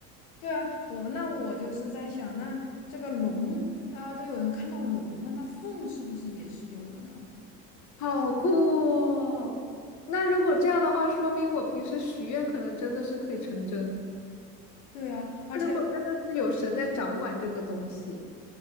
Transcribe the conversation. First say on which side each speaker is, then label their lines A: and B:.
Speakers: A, on the left (about 60°); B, on the left (about 35°).
A: 对啊，我那我就是在想，那这个龙啊、都有人看到龙了，那凤是不是也是有的呢？
B: 好酷哦！那如果这样的话，说明我平时许愿可能真的是可以成真。
A: 对啊，而且
B: 那如果真的是有神在掌管这个东西。